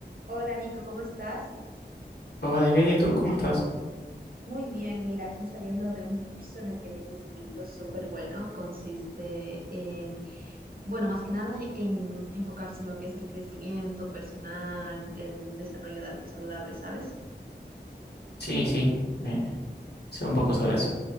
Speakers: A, on the right; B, on the left.
A: Hola Nico, ¿cómo estás?
B: Hola, bien, ¿y tú cómo estás?
A: Muy bien, mira, aquí saliendo de un curso en el que me he inscrito, súper bueno. Consiste en, bueno, más que nada en enfocarse en lo que es el crecimiento personal, el desarrollo de hábitos saludables, ¿sabes?
B: Sí, sí, me sé un poco sobre eso.